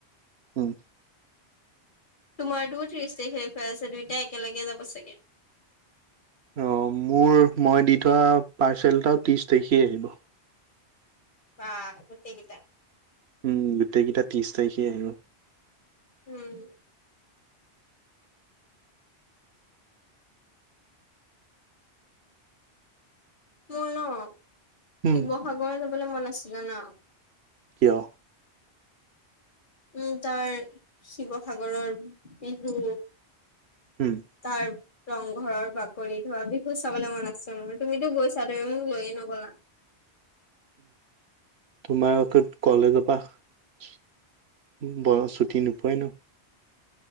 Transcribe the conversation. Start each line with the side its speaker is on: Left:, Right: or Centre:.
Right: উম।
Left: তোমাৰতোও ত্ৰিশ তাৰিখ দেখুৱাই আছে দুইটাই একেলগে যাব চাগে।
Right: অ' মোৰ মই দি থোৱা পাৰ্চেলটা ত্ৰিশ তাৰিখে আহিব।
Left: বা গোতেই কেটা।
Right: উম গোটেই কেইটা ত্ৰিশ তাৰিখে আহিব
Left: উম। মোৰ ন
Right: উম
Left: শিৱসাগৰ যাবলৈ মন আছিলে জানা।
Right: কিয়?
Left: উম তাৰ শিৱসাগৰৰ বিহু
Right: উম
Left: তাৰ ৰংঘৰৰ বাকৰি ধোৱা বিহুত চাবলৈ মন আছে মোৰ তুমিতো গৈছা তুমি মোক লৈয়ে নগলা।
Right: তোমাৰ কলেজৰ পৰা ব ছুটি নপুৱাই ন।